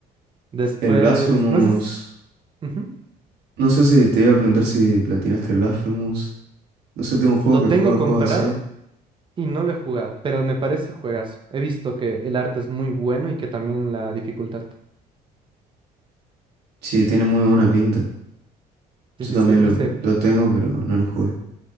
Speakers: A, on the right; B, on the right.
A: Después,
B: El Blasphemous.
A: no sé si... Ujú.
B: No sé si te iba a preguntar si platinaste el Blasphemous. No sé, tengo un juego
A: Lo
B: que
A: tengo
B: juega
A: comprado
B: juegos así.
A: Y no lo he jugado, pero me parece juegazo. He visto que el arte es muy bueno y que también la dificultad.
B: Sí, tiene muy buena pinta. Yo
A: Sí, sí,
B: también
A: sí. Ese,
B: lo, lo tengo, pero no lo jugué.